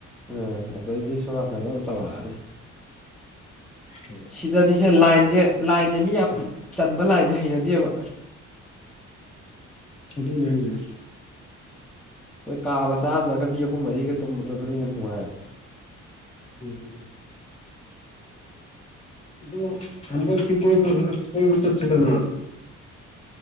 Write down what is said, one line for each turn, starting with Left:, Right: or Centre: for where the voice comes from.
Centre: ꯎꯝ ꯑꯗꯩꯗꯤ ꯁꯣꯝ ꯅꯥꯀꯗ ꯑꯗꯨꯝ ꯇꯧꯔꯛꯑꯅꯤ
Left: ꯎꯝ
Centre: ꯁꯤꯗꯅꯤꯁꯦ ꯂꯥꯏꯟꯁꯦ ꯂꯥꯏꯟꯁꯦ ꯃꯤ ꯌꯥꯝ
Left: <unintelligible>
Centre: ꯈꯟꯕ ꯂꯥꯏꯟꯁꯦ ꯍꯩꯅꯗꯦꯕ
Left: ꯑꯗꯨꯅꯦ ꯍꯥꯏꯖꯦ
Centre: ꯍꯣꯏ ꯀꯥ ꯃꯆꯥ ꯑꯃꯝꯗꯒ ꯃꯤ ꯑꯍꯨꯝ ꯃꯔꯤꯒ ꯇꯨꯝꯕꯗꯨꯗꯨꯅ ꯍꯦꯟꯅ ꯅꯨꯡꯉꯥꯏꯑꯕ
Left: ꯎꯝ ꯑꯗꯨꯣ ꯍꯟꯕꯤ ꯀꯣꯏ꯭ꯔ ꯀꯣꯏꯕ ꯆꯠꯁꯤꯗꯅ